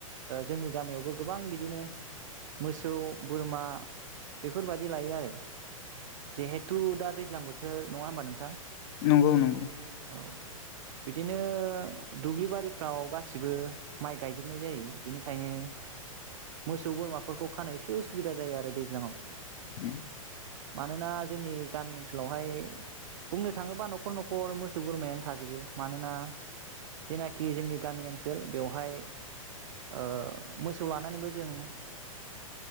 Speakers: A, on the right (about 60°); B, on the left (about 50°).
A: जोंनि गामियावबो गोबां बिदिनो मोसौ, बोरमा बेफोरबादि लायो आरो जिहेथु दा दै ज्लां बोथोर नङा होमबा नोंथां
B: नंगौ नंगौ।
A: अ बिदिनो दुब्लि बारिफ्राव गासिबो माइ गायजोबनाय जायो। बिनिखायनो मोसौ बोरमाफोरखौ खानाय एसे उसुबिदा जायो आरो दैज्लाङाव।
B: उम
A: मानोना जोंनि गामि ओनसोलावहाय बुंनो थाङोबा न' खर न'खर मोसौ बोरमायानो थाजोबो। मानोना जेनाखि जोंनि गामि ओनसोल बेवहाय ओ मोसौ लानानैबो जों